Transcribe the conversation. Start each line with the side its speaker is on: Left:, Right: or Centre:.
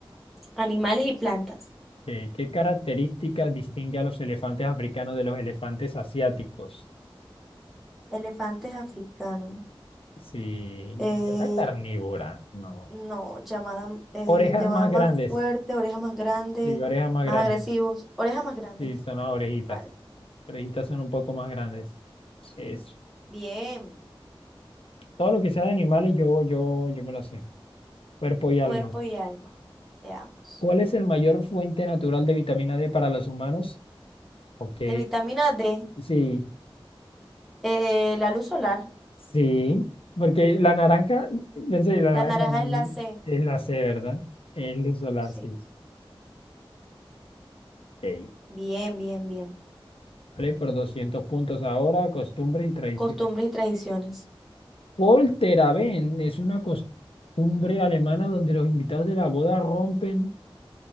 Centre: Animales y plantas.
Left: Eh, ¿Qué características distingue a los elefantes africanos de los elefantes asiáticos?
Centre: Elefantes africanos.
Left: Sí,
Centre: Eh,
Left: dieta carnívora, no.
Centre: No, llamada, eh,
Left: Orejas
Centre: llamada
Left: más
Centre: más
Left: grandes,
Centre: fuerte, orejas más grandes,
Left: sí, orejas más
Centre: más
Left: grandes,
Centre: agresivos, orejas más grandes,
Left: sí, son las orejitas.
Centre: vale.
Left: Orejitas son un poco más grandes. Es,
Centre: Bien,
Left: todo lo que sea de animales, yo, yo, yo me lo sé. Cuerpo y
Centre: cuerpo
Left: alma.
Centre: y alma, veamos.
Left: ¿Cuál es el mayor fuente natural de vitamina D para los humanos? Ok,
Centre: De vitamina D,
Left: sí,
Centre: eh, la luz solar,
Left: sí, porque la naranja, pensé, la
Centre: la
Left: naranja
Centre: naranja
Left: no, la- naranja
Centre: es la C,
Left: es la C, ¿verdad? El de solar,
Centre: sí.
Left: sí. Ok,
Centre: Bien, bien, bien.
Left: vale, por 200 puntos ahora, costumbres y tradición.
Centre: Costumbres y tradiciones.
Left: Polterabend es una costumbre alemana donde los invitados de la boda rompen,